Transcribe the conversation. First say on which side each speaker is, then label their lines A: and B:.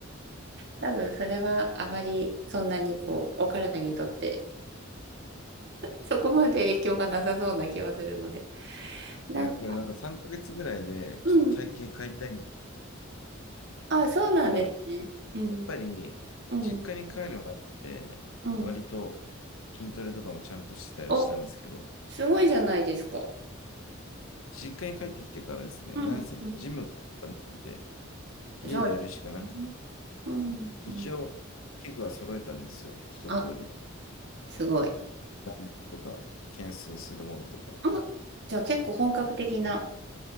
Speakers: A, on the right; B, on the left.
A: 多分それはあまりそんなにこう、お体にとって、そこまで影響がなさそうな気はするので、なんか、
B: いや、けどなんか3ヶ月ぐらいで、
A: うん
B: ちょっと体型変えたいんだっ
A: あ、そうなんですね。
B: たら、やっ
A: うん。
B: ぱり、
A: うん、
B: 実家に帰る前って、
A: うん、
B: 割と筋トレとかもちゃんとしてたりしたんですけど、
A: お、すごいじゃないですか。
B: 実家に帰ってきてからですね、
A: うん、
B: なんせジムがなくて、
A: うん。
B: 家でやるしかなくて、
A: そうですね。うん、
B: 一応、
A: うん、
B: 器具は揃えたんですよ、一通り。
A: あ、すごい。
B: ダンベルとか、懸垂するものとか。
A: あ、じゃあ結構本格的な。